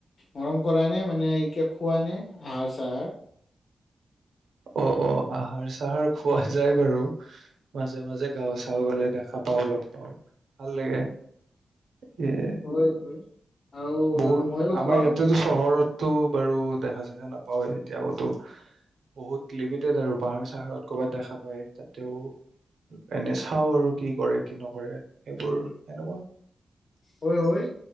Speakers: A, on the left; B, on the right.
A: মৰম কৰা নে? মানে এইকে খোৱা নে আহাৰ চাহাৰ?
B: অ', অ', আহাৰ চাহাৰ খোৱা যায় বাৰু। মাজে, মাজে গাঁও চাওঁ গলে দেখা পাওঁ, লগ পাওঁ ভাল লাগে। ইয়ে
A: হয়, হয়। আৰু
B: বহুত
A: ময়ো খুৱাও
B: আমাৰ ইয়াতেতো চহৰতটো বাৰু দেখা চেখা নাপাওেই এতিয়াওতো বহুত লিমিটেড আৰু পাহাৰ চাহাৰত ক'ৰবাত দেখা পায়। তাতেও এনে চাওঁ আৰু কি কৰে কি নকৰে, সেইবোৰ সেনেকুৱা।
A: হয়, হয়।